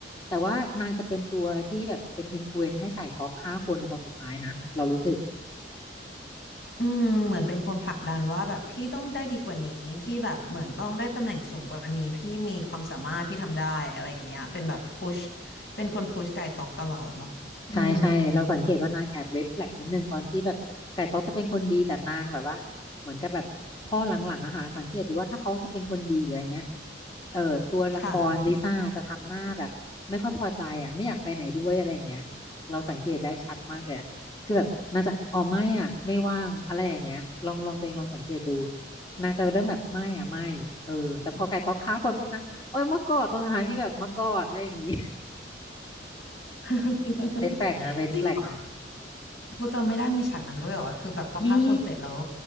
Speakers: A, on the left; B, on the left.
A: แต่ว่านางจะเป็นตัวที่แบบเป็นอินฟลูเอนซ์ให้ไก่ต๊อกฆ่าคนในตอนสุดท้ายนะเรารู้สึก
B: อืมเหมือนเป็นคนผลักดันว่าแบบพี่ต้องได้ดีกว่านี้พี่แบบเหมือนต้องได้ตำแหน่งสูงกว่านี้พี่มีความสามารถพี่ทำได้อะไรอย่างเงี้ยเป็นแบบพุชเป็นคนพุชไก่ต๊อกตลอดเนาะอืม
A: ใช่ใช่เราสังเกตว่านางแอบ red flag นิดนึงตอนที่แบบไก่ต๊อกจะเป็นคนดีแต่นางแบบว่าเหมือนกับแบบพ่อหลังๆอะค่ะสังเกตดูว่าถ้าเขาจะเป็นคนดีหรืออะไรเงี้ยเออตัวละครลิซ่าจะทำหน้าแบบไม่ค่อยพอใจอะไม่อยากไปไหนด้วยอะไรอย่างเงี้ย
B: ค่ะ
A: เราสังเกตได้ชัดมากเลยอะคือแบบนางจะอ๋อไม่อ่ะไม่ว่างอะไรอย่างเงี้ยลองลองตัวเองลองสังเกตดูนางจะเริ่มแบบไม่อ่ะไม่เออแต่พอไก่ต๊อกฆ่าคนปุ๊บนะโอ้ยมากอดตรงสุดท้ายมีแบบมากอดอะไรอย่างงี้ <laughs>
B: <laughs>
A: เรดแฟลกนะเรดแฟลกนะ
B: จริงเหรอกูจำไม่ได้มีฉากนั้นด้วยเหรอคือแบบพอฆ่าคนเสร็จแล้ว
A: มี